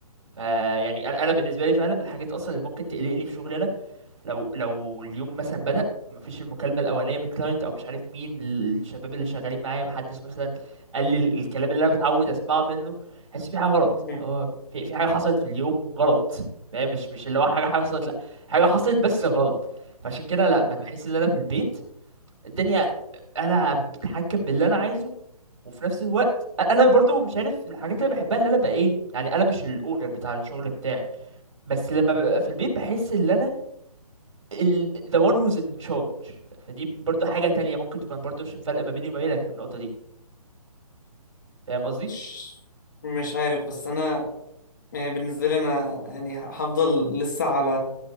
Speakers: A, on the right; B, on the left.
A: فيعني انا أنا بالنسبه لي فعلا من الحاجات اصلا اللي ممكن تقلقني في شغلي لو لو اليوم مثلا بدأ ومفيش المكالمة الأولانية من الكلاينت أو مش عارف مين الشباب اللي شغالين معايا محدش مثلا قال لي ال- الكلام اللي أنا متعود أسمعه منه حاسس في حاجة غلط
B: مهم.
A: اللي هو في, في حاجة حصلت في اليوم غلط فاهم مش مش اللي هو حاجة حاجة حصلت لأ حاجة حصلت بس غلط فعشان كده لأ ما أنا بحس إن أنا في البيت الدنيا أنا بتحكم باللي أنا عايزه وفي نفس الوقت أ- انا برضو مش عارف من الحاجات اللي بحبها اللي انا بقى ايه يعني انا مش الاونر بتاع الشغل بتاعي بس لما ببقى في البيت بحس ان انا ال the one who's in charge ف- فدي برضو حاجة تانية ممكن تكون برضو عشان فرق ما بيني وما بينك في النقطة دي فاهم قصدي؟
B: مش مش عارف بس انا يعني بالنسبة لي أنا يعني هفضل لسه على